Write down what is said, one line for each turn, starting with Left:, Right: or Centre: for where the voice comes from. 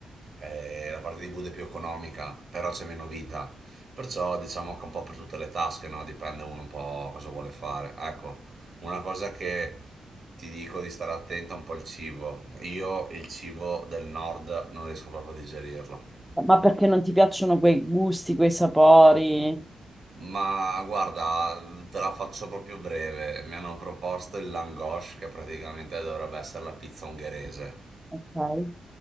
Right: Eh, la parte di Buda è più economica, però c'è meno vita. Perciò diciamo che un po' per tutte le tasche, no? Dipende uno un po' cosa vuole fare. Ecco, una cosa che ti dico di stare attento è un po' il cibo. Io il cibo del nord non riesco proprio a digerirlo.
Centre: Ma perché non ti piacciono quei gusti, quei sapori?
Right: Ma guarda, te la faccio proprio breve. Mi hanno proposto il langosce, che praticamente dovrebbe essere la pizza ungherese.
Centre: Ok.